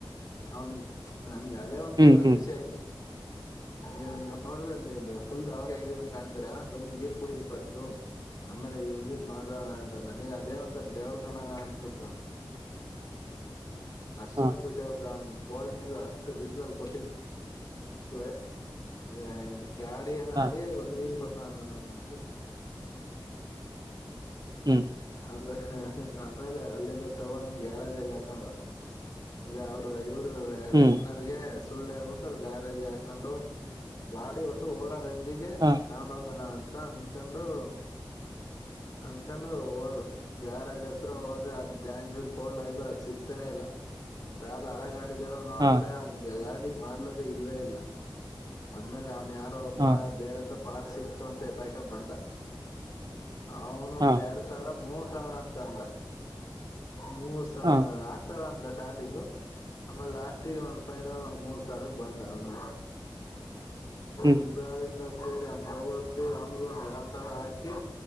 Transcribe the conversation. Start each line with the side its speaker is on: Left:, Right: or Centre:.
Left: ಅವನ್ ನಂ ಅದ ಒಂದ್
Right: ಹ್ಮ್
Left: ಕೋರ
Right: ಹ್ಮ್
Left: ಖುಷಿ ಆಯ್ತು ನೀವ ನೋಡ್ರಿ ನೀ ಫುಲ್ ಅವಾಗ ಆಗಿದನ್ ಕಾಣ್ತೀರಾ ಬನ್ನಿ ನೀರ್ ಕುಡ ಹ <unintelligible> ಆಮೇಲೆ ಈ ಉತ್ ಮಾ ಅಂತ ನನಗ ಅದೇ ಒಂತ ದೇವ್ರ ಕಣ್ಣ ಅನ್ಸ್ಬಿಟ ಅಷ್ಟಂದು
Right: ಹಾ
Left: ಖುಷಿ ಆಗ್ಬಿಡ್ತನ್ ಕೋಳ ನೀರು ಅಷ್ಟು ಬಿಸಿಲಲ್ ಕೊಟ್ಟಿದ್ದ <unintelligible> ಹಾ ಹ
Right: ಹಾ
Left: ನನ್ ಸನೆ
Right: ಹ್ಮ್
Left: ಅ ಆಮೇಲೆ ಅಲ್ಲಿಂದ ಟೊಬ ಗ್ಯಾರಜಗ ಹಾಕೊಂಡು ಅಂದ್ರೆ ಅವರು ಇವ್ರ
Right: ಹ್ಮ್
Left: ರೆಂಟನಿಗೆ ಸುಳ್ಳು ಹಳ್ಬಿಟ್ಟು ಗಾರೇಜ್ಗೆ ಹಾಕೊಂಡು ಗಾಡಿ ಒಟ್ಟು ಓಡ ರೇ
Right: ಹಾ
Left: ತಗೊಂಡು ಹೋಗೋಣ ಅಂತ ಅನ್ಕೊಂಡು ಅನ್ಕೊಂಡು ಹೋದ ಯಾರಾಜ್ ಹತ್ರ ಹೋದ್ರೆ ಅದು ಜಾಯಿಂಟ್ಫೀಲ್ ಫೋಲ್ಡ್ ಆಗ್ರೆ ಅದ್ ಸಿಕ್ತೇನೆೇ ಇಲ್ಲ ಯಾವದು ಹಳ ಗಡಿ ಇದೆಲ್ಲ ನೋಡ್ತಾರೆ
Right: ಹಾ
Left: ಗಾಡಿ ಮಾಡಲಂತು ಇಲ್ವೇ ಇಲ್ಲ ಆಮೇಲೆ ಅವ್ನ್ ಯ ಒಬ್ಬ
Right: ಹಾ
Left: ಬೇರೆತ್ರ ಪಾಸ್ ಸಿಕ್ತು ಅಂತ ಎತಕೊಂಡು ಬಂದ ಅವನು
Right: ಹಾ
Left: ಎರಡ್ ಸಾವಿರ ಮೂರ್ ಸಾವಿರ ಅಂತ ಅಂದ ಮೂರ್ ಸಾವಿ
Right: ಹಾ
Left: ನಾಲ್ಕು ಸಾವಿರ ಅಂದಷ್ಟ ಸ್ಟಾರ್ಟಿಂಗು ಆಮೇಲೆ ಲಾಸ್ಟಗ ಒಂದ್ ಫೈನಲ್ ಒಂದ್ ಮೂರ್ ಸಾರಗ್ ಬಂದ ಅವನು
Right: ಹ್ಮ್
Left: ಇಬ್ರಾಳಿಂದ
Right: ಹ್ಮ್
Left: ಸೇರಿ <unintelligible> ಅವಮಗ ಒಂದು ಆರು ಸಾರ ಹಾಕಿ